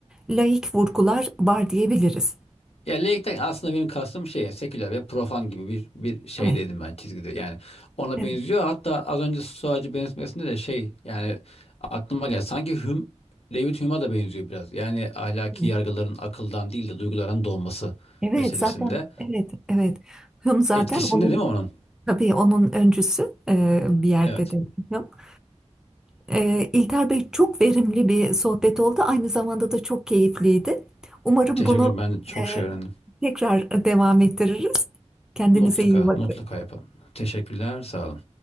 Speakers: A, in the centre; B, on the left (about 60°).
A: laik vurgular var diyebiliriz.
B: Ya laikten aslında benim kastım şey seküler ve profan gibi bir bir şey
A: Evet,
B: dedim ben çizgide yani ona
A: evet,
B: benziyor hatta az önce Stoacı benzetmesinde de şey yani aklıma geldi sanki Hume, David Hume'a da benziyor biraz yani ahlaki
A: evet.
B: yargıların akıldan değil de duygulardan doğması
A: Evet,
B: meselesinde
A: zaten evet, evet. Hume zaten
B: etkisinde
A: onun
B: değil mi onun?
A: Tabii onun öncüsü e, bir yerde
B: Evet.
A: de. yok. E, İlter Bey çok verimli bir sohbet oldu. Aynı zamanda da çok keyifliydi. Umarım
B: Teşekkür
A: bunu
B: ederim. ben çok
A: e,
B: şey öğrendim.
A: tekrar devam ettiririz. Kendinize
B: Mutlaka
A: iyi bakın.
B: mutlaka yapalım. Teşekkürler sağ olun.